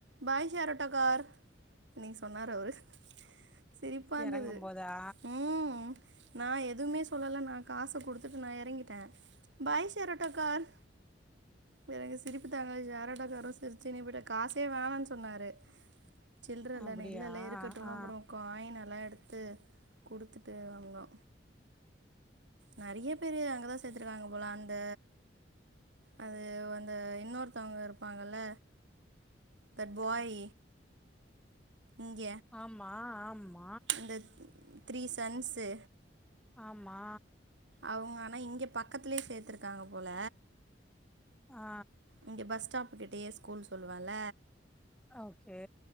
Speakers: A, on the right; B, in the centre.
A: பாய் ஷேரட்டோ கார் இன்னைங் சொன்னாரு அவரு சிரிப்பா இருந்தது
B: எறங்கும் போதா
A: உம் நான் எதுவுமே சொல்லல நா காச குடுத்துட்டு நா இறங்கிட்டேன் பாய் ஷேராட்டோ கார் வேற எங்க சிரிப்பு தாங்கல ஷேர் ஆட்டோக்காரு சிருச்சின்னே விட காசே வேணான்னு சொன்னாரு சில்ர இல்லன்னே
B: அப்டியா
A: இல்ல இல்ல இருக்கட்டுனு
B: ஆ
A: அப்புறோ காயினெல்லா எடுத்து குடுத்துட்டு வந்தோ நெறைய பேரு அங்கதா சேத்திருக்காங்க போல அந்த அது அந்த இன்னொருத்தவங்க இருப்பாங்கல்ல தட் பாய் இங்க
B: ஆமா ஆமா
A: இந்த த்ரீ சன்ஸூ
B: ஆமா
A: அவங்க ஆனா இங்க பக்கத்துலே சேத்திருக்காங்க போல
B: ஆ
A: இங்க பஸ் ஸ்டாப்பு கிட்டயே ஸ்கூல் சொல்லுவல
B: ஓகே